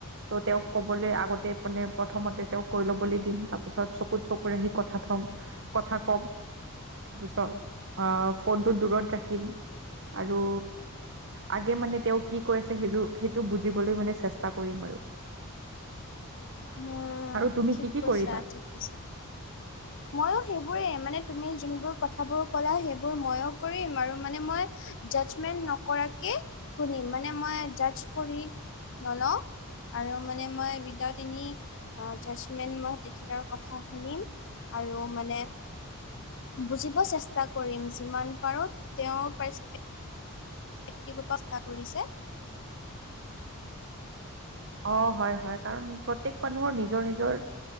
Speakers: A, on the right; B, on the left.
A: ত' তেওঁক ক'বলৈ আগতে মানে প্ৰথমতে তেওঁক কৈ ল'বলৈ দিম তাৰপিছত চকুত চকু ৰাখি কথা থ'ম কথা কম ওচৰ অহ ফোনটো দূৰত ৰাখিম আৰু আগে মানে তেওঁ কি কৈছে সেইটো সেইটো বুজিবলৈ মানে চেষ্টা কৰিম আৰু
B: উম
A: আৰু তুমি
B: ঠিক
A: কি কি
B: কৈছা
A: কৰিবা
B: ঠিক কৈছা ময়ো সেইবোৰেই মানে তুমি যোনবোৰ কথাবোৰ ক'লা সেইবোৰ ময়ো কৰিম আৰু মানে মই জাজমেন্ট নকৰাকে শুনিম মানে মই জাচ কৰি নলওঁ আৰু মানে মই উইডাইড তিনি অহ জাজমেণ্ট মই তেখেতৰ কথা শুনিম আৰু মানে বুজিব চেষ্টা কৰিম যিমান পাৰোঁ তেওঁ পাৰ্চ ব্যক্তিগত ব্যৱস্তা কৰিছে
A: অহ হয় হয় কাৰণ প্ৰত্যেক মানুহৰ নিজৰ নিজৰ